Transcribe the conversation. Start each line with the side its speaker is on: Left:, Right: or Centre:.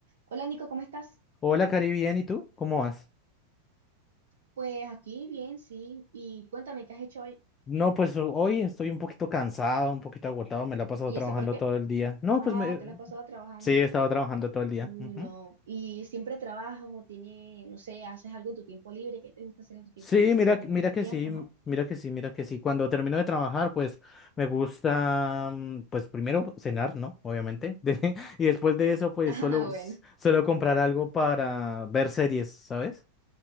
Right: Hola Nico, ¿cómo estás?
Left: Hola, Cari, bien, ¿y tú? ¿Cómo vas?
Right: Pues aquí bien, sí. Y cuéntame, ¿qué has hecho hoy?
Left: No, pues ho- hoy estoy un poquito cansado, un poquito agotado, me la he pasado
Right: ¿Y
Left: trabajando
Right: eso por qué?
Left: todo el día. No,
Right: Ah,
Left: pues me...
Right: te la has pasado trabajando.
Left: sí, he estado trabajando todo el día.
Right: Uy,
Left: Ujú.
Right: No. ¿Y siempre trabajas o tiene, no sé, haces algo en tu tiempo libre? ¿Qué te gusta hacer en tu tiempo
Left: Sí,
Right: libre
Left: mira,
Right: si tienes
Left: que- mira que
Right: tiempo,
Left: sí,
Right: no? <laughs>
Left: mira que sí, mira que sí. Cuando termino de trabajar, pues me gusta, mm, pues primero cenar, ¿no? Obviamente. <laughs> De- Y después de eso, pues
Right: Ah,
Left: suelo, s-
Right: bueno.
Left: suelo comprar algo para ver series, ¿sabes?